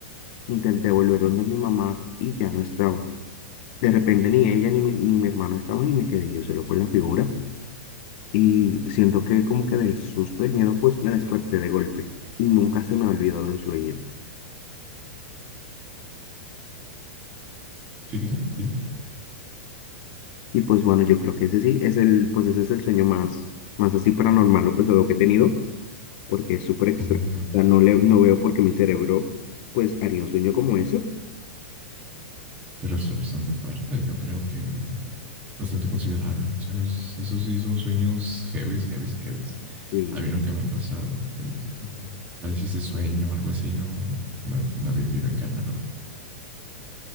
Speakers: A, on the left; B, on the right.
A: Intenté volver donde mi mamá y ya no estaba. De repente ni ella ni mi, ni mi hermano estaban y me quedé yo solo con la figura. Y siento que como que del susto, del miedo, pues me desperté de golpe. Y nunca se me ha olvidado el sueño.
B: Sí, sí, sí, dime.
A: Y pues bueno, yo creo que ese sí es el, pues ese es el sueño más, más así paranormal o pesado que he tenido, porque es súper extraño.
B: Uy, no,
A: O sea, no le, no veo por qué mi cerebro, pues, haría un sueño como eso.
B: pero está bastante fuerte, yo creo que bastante considerable. O sea, es- esos sí son sueños heavies, heavies, heavies.
A: sí
B: A mí nunca me han pasado. Oye, ah, Como parálisis de sueño o algo así, no, no, no he vivido en carne propia.